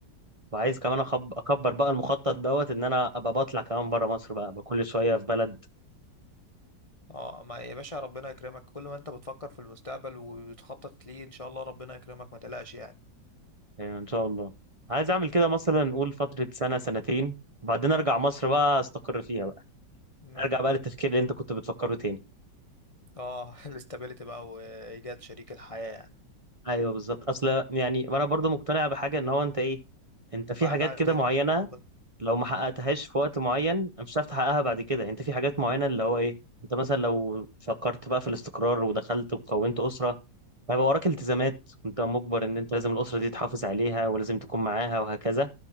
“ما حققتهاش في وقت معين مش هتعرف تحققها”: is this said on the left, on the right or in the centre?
Right